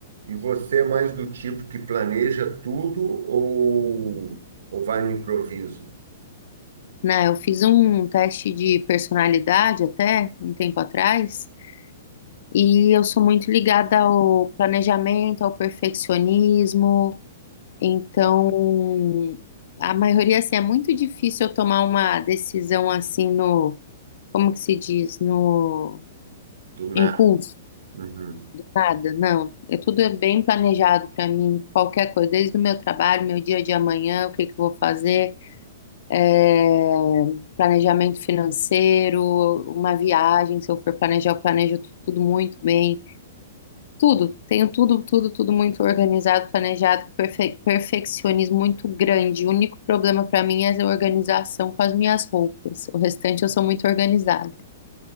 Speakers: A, on the right; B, on the left.
A: E você é mais do tipo que planeja tudo ou, ou vai no improviso,
B: Né, eu fiz um teste de personalidade até um tempo atrás, e eu sou muito ligada ao planejamento, ao perfeccionismo. Então, a maioria, assim, é muito difícil eu tomar uma decisão assim no, como que se diz, no
A: do nada?
B: impulso,
A: Uhum.
B: nada. Não, é tudo é bem planejado para mim, qualquer coisa, desde o meu trabalho, meu dia de amanhã, o que que eu vou fazer. é, planejamento financeiro, uma viagem, se eu for planejar, eu planejo tudo muito bem. Tudo, tenho tudo, tudo, tudo muito organizado, planejado, perfe- perfeccionismo muito grande. O único problema para mim é a organização com as minhas roupas. O restante eu sou muito organizada.